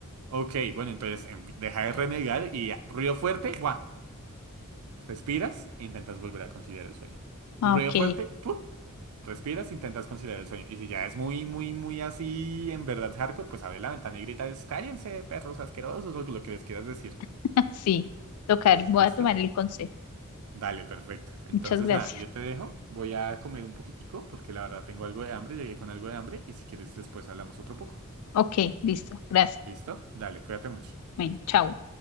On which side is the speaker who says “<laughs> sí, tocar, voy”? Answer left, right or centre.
Left